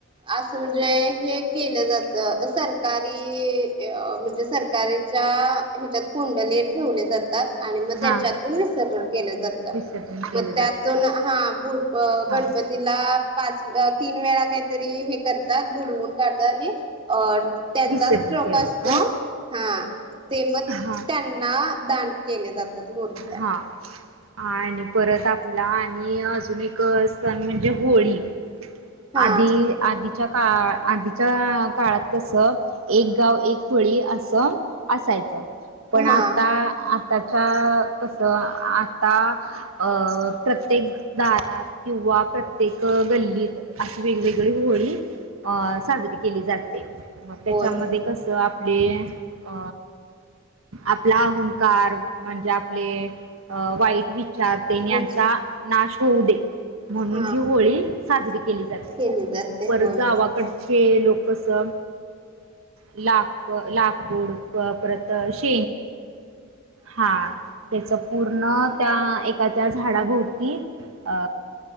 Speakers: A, on the right; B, on the right.
A: असं म्हणजे हे केलं जातं सरकारी म्हणजे सरकारच्या ह्यच्यात कुंडले ठेवले जातात आणि मग त्याच्यातून
B: हा
A: विसर्जन केलं जातं
B: विसर्जन केलं
A: मग त्यातून
B: जातं.
A: हा भु
B: हा
A: गणपतीला पाच तीन वेळा काही काहीतरी हे करतात बुडवून काढतात आणि अ त्यांचा
B: विसर्जन
A: ट्रक
B: केलं
A: असतो
B: काय?
A: हा ते मग
B: हा.
A: त्यांना दान केले जातात मूर्त्या
B: हा आणि परत आपला आणि अजून एक सण म्हणजे होळी आधी
A: हा
B: आधी आधी आधीच्या काळात कसं एक गाव एक होळी असं असायचं पण
A: हा
B: आता आता कस आता अ प्रत्येक दारात किंवा प्रत्येक गल्लीत अशी वेगवेगळी होळी अ साजरी केली जाते मग त्याच्यामध्ये
A: होय होय
B: कसं आपले अ आपला अहंकार म्हणजे आपले अ वाईट विचार विचार तेन यांचा
A: विच
B: नाश होऊ दे म्हणून
A: हा
B: ही होळी साजरी केली जाते
A: केली जाते
B: परत
A: होय
B: गावाकड हे लोकस अ लाक लाकूड परत श हा त्याच पूर्ण त्या एखाद्या झाडाभोवती अ